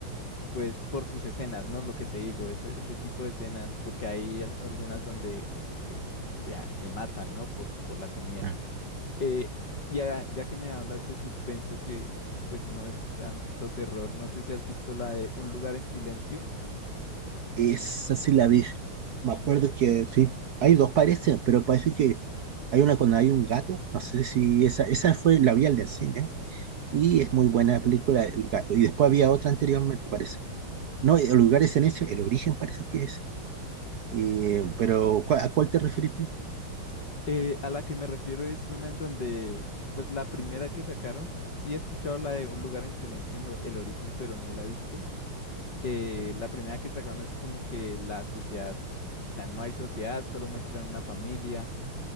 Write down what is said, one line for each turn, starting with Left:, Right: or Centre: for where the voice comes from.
Left: pues por sus escenas, ¿no? Lo que te digo, ese, ese tipo de escenas, porque hay al- algunas donde como que se, a- se matan, ¿no? Por, por la comida.
Right: Ah.
Left: Eh, ya, ya que me hablas de suspenso, que pues no es tanto terror, no sé si has visto la de Un lugar en silencio.
Right: Esa sí la vi. Me acuerdo que sí. Hay dos parece, pero parece que hay una cuando hay un gato. No sé si esa, esa fue, la vi al el cine. Y es muy buena la película, El gato. Y después había otra anteriormente, parece. No, el lugar es en ese, el origen parece que es. Eh, pero ¿cuál- ¿a cuál te refieres tú?
Left: Eh, a la que me refiero es una en donde, pues la primera que sacaron, sí he escuchado la de Un lugar en silencio en lo- el origen, pero no la he visto. Eh, la primera que sacaron es como que la sociedad, o sea, no hay sociedad, solo muestran una familia